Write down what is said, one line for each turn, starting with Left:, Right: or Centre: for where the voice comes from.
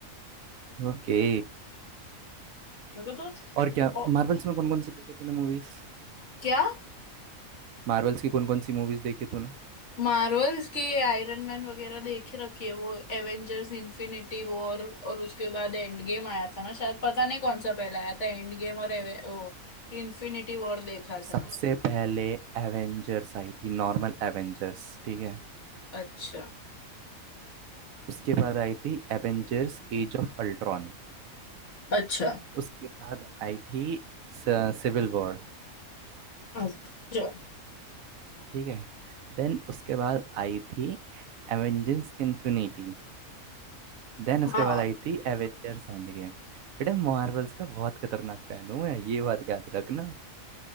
Right: ओके
Left: मेरे को तो
Right: और क्या
Left: ओ,
Right: मार्वल्स में कौन कौन सी देखी तूने मूवीज
Left: क्या
Right: मार्वल्स की कौन कौन सी मूवीज देखी तूने
Left: मार्वल्स के आयरन मैन वगैरह देख ही रखी है वो एवेंजर्स इन्फिनिटी वॉर और उसके बाद एंड गेम आया था ना शायद पता नहीं कौन सा पहला आया था एंड गेम और एवे, ओ, इन्फिनिटी वॉर देखा
Right: सबसे
Left: था
Right: पहले एवेंजर्स आई थी नॉर्मल एवेंजर्स ठीक है
Left: अच्छा
Right: उसके बाद आई थी एवेंजर्स एज ऑफ अल्ट्रॉन
Left: अच्छा
Right: उसके बाद आई थी सिविल वॉर
Left: अच्छा
Right: ठीक है देन उसके बाद आई थी एवेंजर्स इन्फिनिटी देन उसके
Left: हाँ
Right: बाद आई थी एवेंजर्स एंड गेम बेटा मार्वल्स का बहुत खतरनाक फैन हूँ मैं ये बात याद रखना